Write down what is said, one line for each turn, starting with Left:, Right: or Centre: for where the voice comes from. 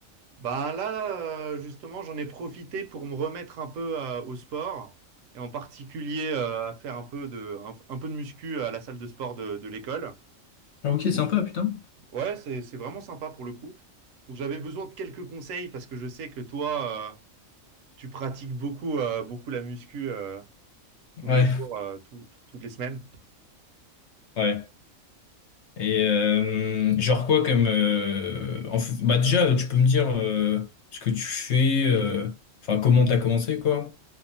Right: Bah là, euh, justement, j'en ai profité pour me remettre un peu euh, au sport et en particulier euh, à faire un peu de, un, un peu de muscu à la salle de sport de, de l'école.
Left: Ah, ok, sympa,
Right: Donc,
Left: putain.
Right: ouais, c'est, c'est vraiment sympa pour le coup. Donc j'avais besoin de quelques conseils parce que je sais que toi, euh, tu pratiques beaucoup, euh, beaucoup la muscu euh, tous les
Left: Ouais,
Right: jours, euh, tout- toutes les semaines.
Left: ouais. Et euh, genre quoi comme euh, en f- bah déjà tu peux me dire euh, ce que tu fais, euh, enfin comment t'as commencé quoi.